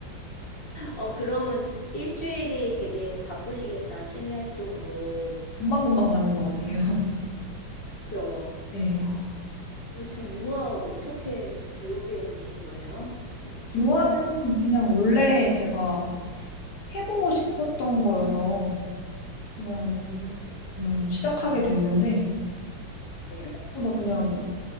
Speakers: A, on the left; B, on the left.
A: 어, 그러면 일주일이 되게 바쁘시겠다, 취미 활동으로.
B: 금방금방 가는 것 같아요. <laughs>
A: 그죠?
B: 네.
A: 아, 어, 저 유아 어떻게 배우게 되신 거예요? 참 신기하다.
B: 요한은 그냥 원래 제가 해보고 싶었던
A: 네.
B: 거여서 그냥
A: 음,
B: 음, 시작하게 됐는데
A: 네,
B: 생각보다 그냥